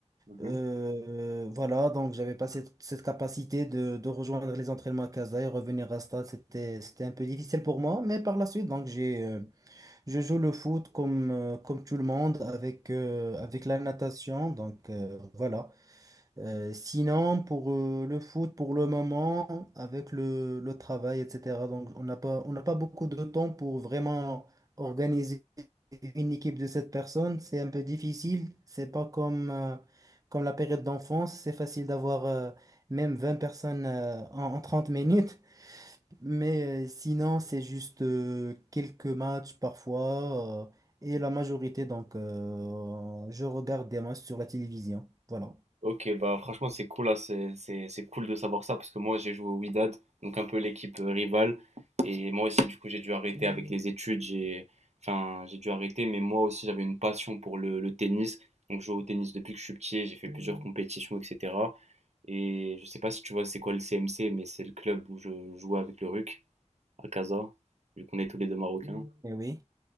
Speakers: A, on the right; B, on the right.
A: mhm.
B: Euh, voilà, donc j'avais pas cette, cette capacité de, de rejoindre les entraînements à Casa et revenir à Stade, c'était, c'était un peu difficile pour moi, mais par la suite, donc j'ai, euh, je joue le foot comme, euh, comme tout le monde avec, euh, avec la natation, donc euh, voilà. Euh, sinon, pour euh, le foot, pour le moment, avec le, le travail, etc., donc on n'a pas, on n'a pas beaucoup de temps pour vraiment organiser une équipe de cette personnes. C'est un peu difficile. C'est pas comme, euh, comme la période d'enfance. C'est facile d'avoir euh, même 20 personnes euh, en, en 30 minutes. Mais euh, sinon, c'est juste euh, quelques matchs parfois. euh, et la majorité, donc, euh, je regarde des matchs sur la télévision. Voilà.
A: Ok, bah franchement c'est cool là, c'est c'est- c'est cool de savoir ça parce que moi j'ai joué au Wydad, donc un peu l'équipe euh, rivale. Et moi aussi du coup j'ai dû arrêter avec les études, j'ai enfin j'ai dû arrêter, mais moi aussi j'avais une passion pour le, le tennis. Donc je joue au tennis depuis que je suis petit, j'ai fait plusieurs compétitions, etc. Et je sais pas si tu vois c'est quoi le CMC, mais c'est le club où je jouais avec le RUC à Casa, vu qu'on est tous les deux marocains.
B: Et oui.